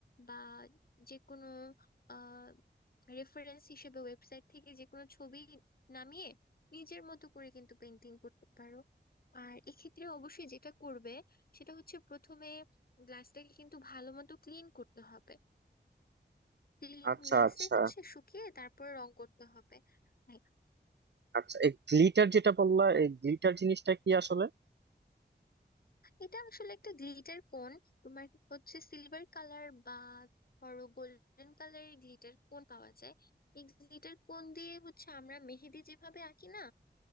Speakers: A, on the left; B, on the right.
A: বা যে কোনো আহ রেফারেন্স হিসেবে ওয়েবসাইট থেকে যে কোনো ছবি নামিয়ে নিজের মতো করে কিন্তু পেন্টিং করতে পারো আর এক্ষেত্রে অবশ্যই যেটা করবে সেটা হচ্ছে প্রথমে গ্লাসটাকে কিন্তু ভালো মতো ক্লিন করতে হবে ক্লিন
B: আচ্ছা
A: গ্লাসে
B: আচ্ছা
A: হচ্ছে শুকিয়ে তারপর রং করতে হবে হ্যাঁ,
B: আচ্ছা এই গ্লিটার যেটা বললা এই গ্লিটার জিনিসটা কি আসলে
A: এটা আসলে একটা গ্লিটার কোন তোমার হচ্ছে সিলভার কালার বা ধরো গোল্ডেন কালারের গ্লিটার কোন পাওয়া যায় এই গ্লিটার কোন দিয়ে হচ্ছে আমরা মেহেদি যেভাবে আঁকি না